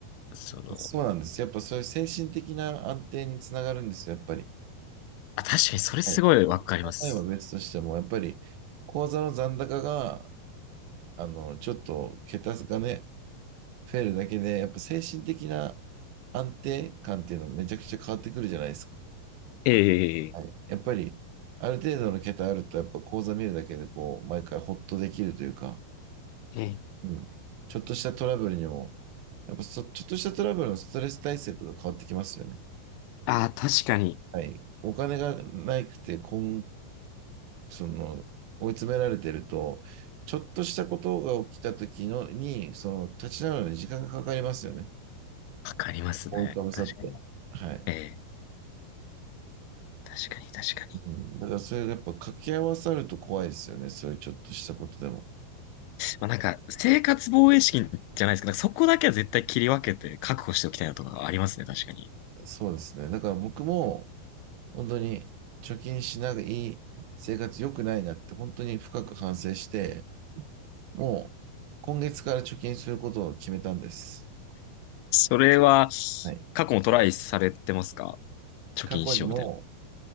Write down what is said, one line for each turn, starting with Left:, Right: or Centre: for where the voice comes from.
Left: その、
Right: そうなんです。やっぱそういう精神的な安定につながるんですよ、やっぱり。
Left: あ、確かにそれすごいわかります。
Right: はい。例えば別としても、やっぱり口座の残高が、あの、ちょっと桁がね、増えるだけで、やっぱ精神的な安定感っていうのめちゃくちゃ変わってくるじゃないですか。
Left: ええ
Right: はい。やっぱり、ある程度の桁あると、やっぱ口座見るだけで、こう、毎回ほっとできるというか、
Left: ええ。
Right: うん。ちょっとしたトラブルにも、やっぱそ、ちょっとしたトラブルのストレス耐性とか変わってきますよね。
Left: ああ、確かに。
Right: はい。お金がないくて、こん、その、追い詰められてると、ちょっとしたことが起きた時のに、その、立ち直るのに時間がかかりますよね。
Left: わかりますね。
Right: 覆いかぶさって。
Left: 確かに。
Right: はい。
Left: ええ確かに、確かに。
Right: うん。だからそれがやっぱ掛け合わさると怖いですよね。そういうちょっとしたことでも。
Left: まあ、なんか、生活防衛資金じゃないですけど、そこだけは絶対切り分けて確保しておきたいなとかありますね、確かに。
Right: そうですね。だから僕も、本当に貯金しない生活良くないなって本当に深く反省して、もう今月から貯金することを決めたんです。
Left: それは、
Right: はい。
Left: 過去もトライされてますか貯金しようみたい
Right: 過去にも